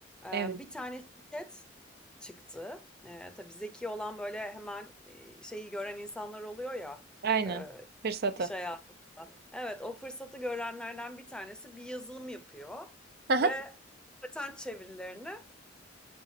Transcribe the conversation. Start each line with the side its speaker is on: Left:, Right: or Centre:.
Centre: E,
Right: Evet,
Centre: bir tane şirket çıktı. E, tabii zeki olan böyle hemen e, şeyi gören insanlar oluyor ya
Right: aynen.
Centre: e,
Right: Fırsatı.
Centre: iş hayatında. Evet o fırsatı görenlerden bir tanesi bir yazılım yapıyor
Right: Hı hı.
Centre: ve patent çevirilerini